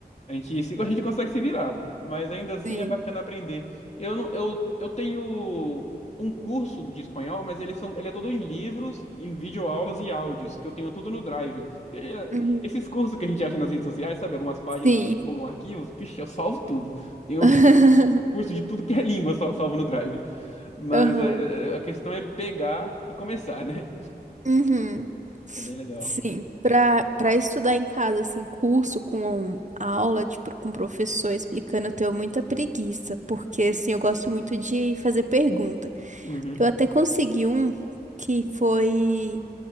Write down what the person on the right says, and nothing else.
Sim.
Uhum.
Sim.
<laughs>
Aham.
Uhum.
Sim, para para estudar em casa, assim, curso com aula, tipo, com professor explicando, eu tenho muita preguiça, porque, assim, eu gosto muito de fazer pergunta.
Eu até consegui um que foi